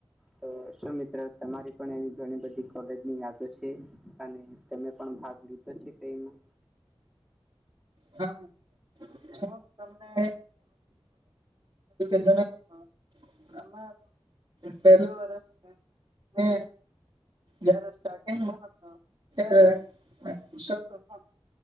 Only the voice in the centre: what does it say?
તો શું મિત્ર તમારી પણ એવી ઘણી બધી કોલેજની યાદો છે, અને તમે પણ ભાગ લીધો પછી કઈમા